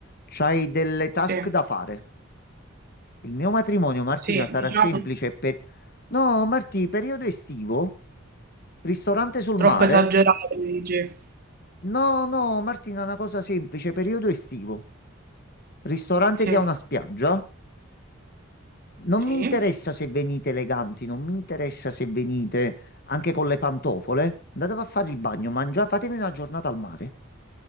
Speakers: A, on the left; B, on the right.
A: C'hai delle task
B: sì,
A: da fare. Il mio matrimonio, Martina,
B: sì, sì,
A: sarà
B: diciamo.
A: semplice per... No, Martì, periodo estivo? Ristorante sul
B: Troppo
A: mare?
B: esagerato, dici?
A: No, no, Martina, una cosa semplice, periodo estivo. Ristorante
B: Sì,
A: che ha una spiaggia? Non
B: sì.
A: mi interessa se venite eleganti, non mi interessa se venite anche con le pantofole. Andate a fare il bagno, mangiate, fatevi una giornata al mare.